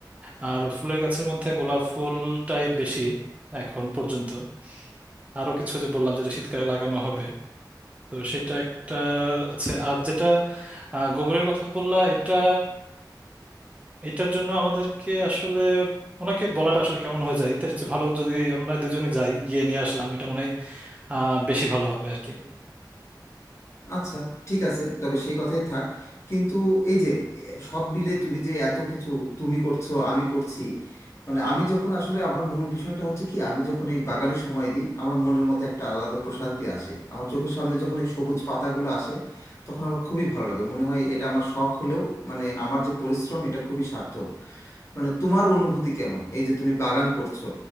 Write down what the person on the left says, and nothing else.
আচ্ছা ঠিক আছে তবে সেই কথাই থাক কিন্তু এই যে এ, সব মিলে তুমি যে এত কিছু তুমি করছো আমি করছি মানে আমি যখন আসলে আমার মূল বিষয়টা হচ্ছে কি আমি যখন এই বাগানে সময় দিই আমার মনের মধ্যে একটা আলাদা প্রশান্তি আসে আমার চোখের সামনে যখন এই সবুজ পাতাগুলো আসে তখন আমার খুবই ভালো লাগে মনে হয় এটা আমার শখ হলেও মানে আমার যে পরিশ্রম এটা খুবই সার্থক মানে তোমার অনুভূতি কেমন এই যে তুমি বাগান করছো